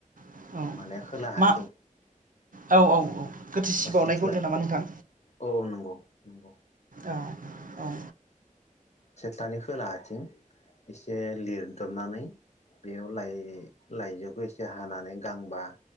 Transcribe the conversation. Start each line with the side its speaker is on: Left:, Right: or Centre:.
Right: औ
Left: माने खोला हाथिं।
Right: मा औ औ औ गोथैसि
Left: औ
Right: बावनायखौ
Left: सिथ्ला
Right: होनदों नामा नोंथां
Left: औ नंगौ नंगौ।
Right: आ औ।
Left: थ्लानि खोला आथिं एसे लिरदबनानै बेयाव लाइ लाइजौखौ एसे हानानै गांबा